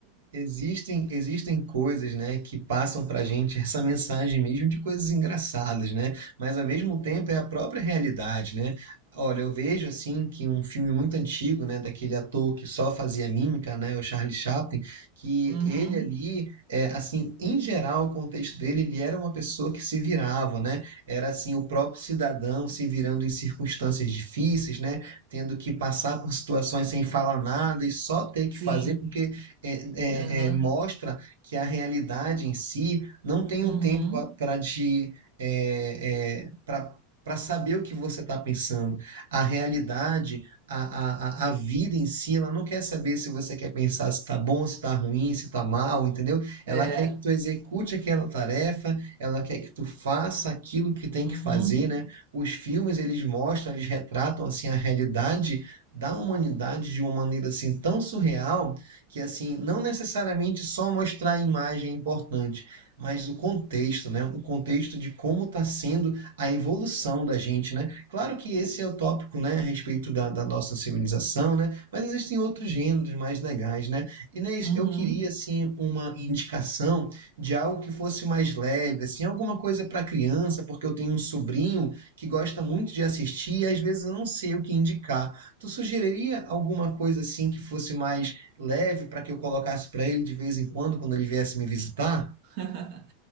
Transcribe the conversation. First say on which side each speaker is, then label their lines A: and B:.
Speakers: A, on the right (about 80°); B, on the right (about 60°).
A: Existem, existem coisas, né, que passam para a gente essa mensagem mesmo de coisas engraçadas, né? Mas ao mesmo tempo é a própria realidade, né? Olha, eu vejo assim que um filme muito antigo, né, daquele ator que só fazia mímica, né, o Charlie Chaplin, que
B: Uhum,
A: ele ali, é, assim, em geral, o contexto dele, ele era uma pessoa que se virava, né? Era assim o próprio cidadão se virando em circunstâncias difíceis, né? Tendo que passar por situações sem falar nada e só ter que
B: sim.
A: fazer porque é,
B: Aham.
A: é, é, mostra que a realidade em si não tem
B: Uhum.
A: um tempo para te é, é, para para saber o que você está pensando. A realidade, a, a, a a vida em si, ela não quer saber se você quer pensar se está bom, se está ruim, se está mal, entendeu? Ela
B: É.
A: quer que tu execute aquela tarefa, ela quer que tu faça aquilo que tem
B: Uhum.
A: que fazer, né? Os filmes, eles mostram, eles retratam, assim, a realidade da humanidade de uma maneira, assim, tão surreal que assim, não necessariamente só mostrar a imagem é importante, mas o contexto, né? O contexto de como está sendo a evolução da gente, né? Claro que esse é o tópico, né, a respeito da, da nossa civilização, né? Mas existem outros gêneros mais legais, né? Inês,
B: Uhum.
A: eu queria assim uma indicação de algo que fosse mais leve, assim, alguma coisa para criança, porque eu tenho um sobrinho que gosta muito de assistir e às vezes eu não sei o que indicar. Tu sugeriria alguma coisa assim que fosse mais leve para que eu colocasse para ele de vez em quando, quando ele viesse me visitar?
B: <laughs>